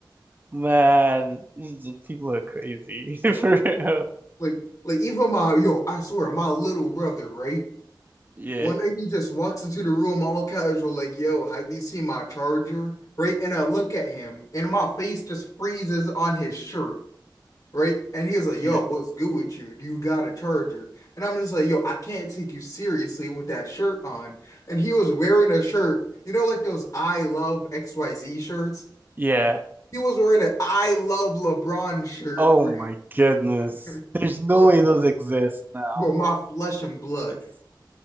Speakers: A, on the right; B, on the left.
A: man, these people are crazy
B: Yo.
A: <laughs> for real.
B: Like like even my yo, I swear my little brother, right?
A: Yeah,
B: One day he just walks into the room all casual, like, yo, have you seen my charger? Right? And I look at him and my face just freezes on his shirt. right? And he was like, "Yo,
A: yeah,
B: what's good with you? Do you got a charger?" And I'm just like, "Yo, I can't take you seriously with that shirt on." And he was wearing a shirt, you know, like those I love XYZ shirts.
A: yeah.
B: He was wearing an I love LeBron shirt,
A: Oh
B: bro.
A: my goodness,
B: <laughs>
A: there's no
B: Bro,
A: way those exist now.
B: bro, my flesh and blood.
A: That's-